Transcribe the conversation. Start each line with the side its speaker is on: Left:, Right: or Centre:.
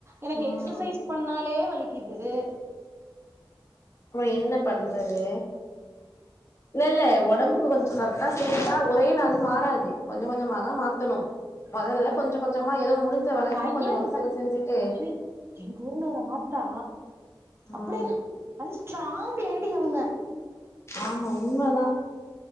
Right: எனக்கு
Left: ம்
Right: எக்சசைஸ் பண்ணாலே வலிக்குது
Left: இப்போ என்ன பண்றது இல்ல இல்ல உடம்புக்கு கொஞ்சம் சத்தா சேர்த்தா ஒரே நாள் மாறாது கொஞ்ச கொஞ்சமாதான் மாத்தணும் மொதல்ல
Right: ஆ
Left: கொஞ்ச கொஞ்சமா ஏதோ முடிஞ்ச வரைக்கும்
Right: வயறுதா
Left: கொஞ்ச செஞ்சு செஞ்சுட்டு
Right: ஐயோ எங்க ஊர்ல ஒரு ஆத்தா
Left: ம்
Right: அப்டியே அது ஸ்ட்ராங் லேடி அவங்க
Left: ஆமா உண்மதா